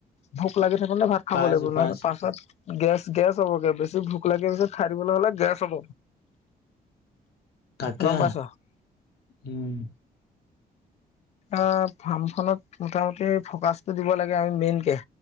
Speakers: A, on the left; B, on the left.
A: ভোক লাগি থাকো ন ভাত খাব
B: পাইছো
A: লাগিব নহয়
B: পাইছো
A: পাছত গেছ গেছ হ'বগে বেছি ভোক লাগি পিছে খাৰ দিব নহ'লে গেছ হ'ব
B: তাকে
A: গম পাইছ।
B: উম
A: অ ফাৰ্মখনত মোটামুটি ফকাচটো দিব লাগে আমি মেইনকে